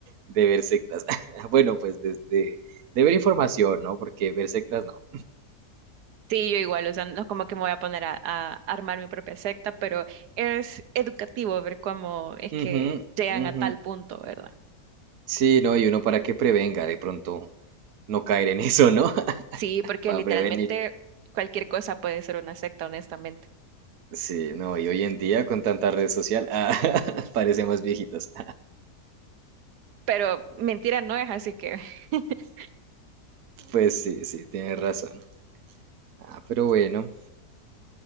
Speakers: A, on the right (about 65°); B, on the right (about 90°).
A: de ver sectas. <laughs> Bueno, pues de, de- de ver información, ¿no? Porque ver sectas no.
B: Sí, yo igual, o sea, no es como que me voy a poner a, a armar mi propia secta, pero es educativo ver cómo es que
A: Ujú,
B: llegan
A: ujú.
B: a tal punto, ¿verdad?
A: Sí, no, y uno para que prevenga de pronto no caer en eso, ¿no? <laughs>
B: Sí, porque
A: Para
B: literalmente
A: prevenir.
B: cualquier cosa puede ser una secta, honestamente.
A: Sí, no, y hoy en día con tanta red social, ah, <laughs> parecemos viejitos.
B: Pero mentira no es, así que <laughs>
A: Pues sí, sí, tienes razón. Ah, pero bueno,